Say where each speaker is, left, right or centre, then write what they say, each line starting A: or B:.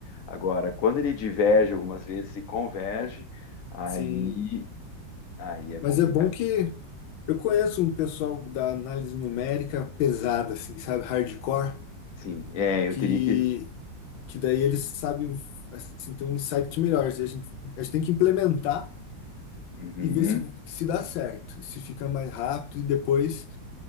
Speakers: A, on the left; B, on the left.
A: Agora, quando ele diverge algumas vezes e converge, aí,
B: Sim.
A: aí é
B: Mas
A: complicado.
B: é bom que eu conheço um pessoal da análise numérica pesada, assim, sabe? Hardcore,
A: Sim, é, eu
B: que
A: teria que.
B: que daí eles sabem assim, ter uns sites melhores. E a gente, a gente tem que implementar
A: Uhum,
B: e ver se, se dá certo, e se fica mais rápido, e depois